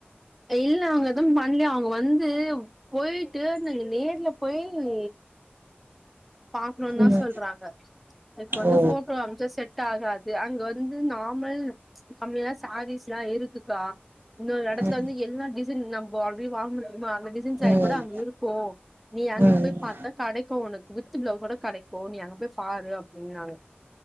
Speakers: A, in the centre; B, on the right (about 60°).
A: இல்ல அவங்க எதுவு பண்ணலயா அவங்க வந்து போயிட்டு நீ நேர்ல போய் நீ பாக்கணுதா
B: ம்
A: சொல்றாங்க இப்ப வந்து
B: ஓ
A: ஃபோட்டோ அமுச்சா செட் ஆகாது அங்க வந்து நாமல் கம்மியா தான் சாரீஸ்ல்லா இருக்குக்கா இன்னொரு இடத்துல
B: ம்
A: வந்து எல்லா டிசைன் நம்ப ஆல்ரெடி வாங்க முடியுமா அந்த டிசைன் சாரீ
B: ம்
A: கூட அங்க இருக்கு நீ அங்க
B: ம்
A: போய் பாத்தா கடைக்கு உனக்கு வி வித்து பிளவுஸ்சோட கெடைக்கு நீ அங்க போய் பாரு அப்டின்னாங்க